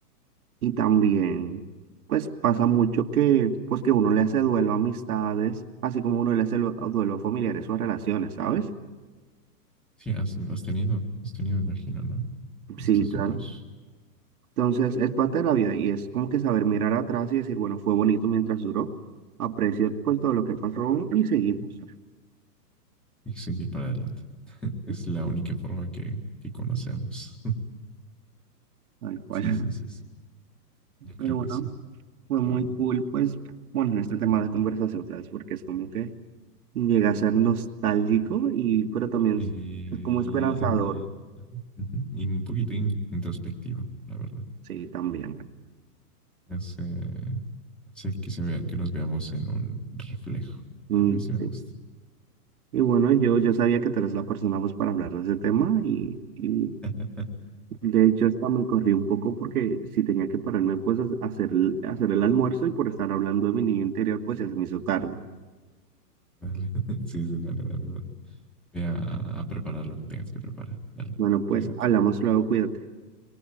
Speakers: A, on the right (about 60°); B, in the centre.
A: Y también pues pasa mucho que pues que uno le hace duelo a amistades, así como uno le hace lo- duelo a familiares o a relaciones, ¿sabes?
B: Sí, has, has tenido, has tenido, imagino, ¿no?
A: Sí,
B: Estos
A: claro.
B: duelos
A: Entonces es parte de la vida y es como que saber mirar atrás y decir, bueno, fue bonito mientras duró aprecio pues todo lo que pasó y seguimos.
B: y seguir para adelante. <laughs>
A: Ujú,
B: Es la única forma que, que conocemos. <laughs>
A: Tal cual.
B: Sí, sí, sí,
A: <laughs>
B: sí. Yo
A: Pero
B: creo
A: bueno,
B: que sí,
A: fue
B: la
A: muy
B: verdad.
A: cool, pues, bueno, este tema de conversación, ¿sabes? Porque es como que llega a ser nostálgico y, pero también
B: Eh,
A: es
B: y,
A: es como esperanzador,
B: y- y un poquito in- introspectivo, la verdad.
A: sí, también.
B: Hace, hace que se vea, que nos veamos en un reflejo.
A: Mm,
B: A mí sí me
A: sí.
B: gusta.
A: Y bueno, yo, yo sabía que tú eres la persona, pues, para hablar de ese tema y, y
B: <laughs>
A: de hecho, hasta me corrí un poco porque si tenía que pararme, pues, a hacer, el- a hacer el almuerzo y por estar hablando de mi niño interior, pues, ya se me hizo tarde.
B: Dale. <laughs> Sí, sí, dale, dale, dale. Ve a, a preparar lo que tengas que preparar. Dale,
A: Bueno, pues,
B: cuídate.
A: hablamos luego, cuídate.